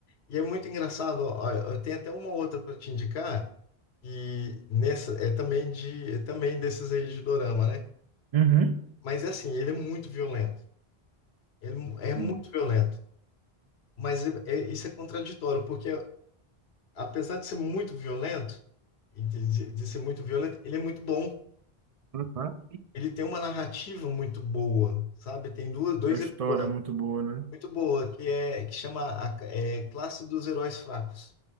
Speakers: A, on the left; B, on the right.
A: E é muito engraçado, ó, eu tenho até uma outra para te indicar e nessa é também de é também desses aí de dorama, né?
B: Uhum.
A: Mas é assim, ele é muito violento. Ele é muito
B: Uhum.
A: violento. Mas é- é- isso é contraditório, porque apesar de ser muito violento, e de, de- ser muito violento, ele é muito bom.
B: Uhum.
A: Ele tem uma narrativa muito boa, sabe? Tem duas, dois
B: A história
A: episódios
B: é muito boa, né?
A: muito boa que é que chama a, é, Classe dos Heróis Fracos.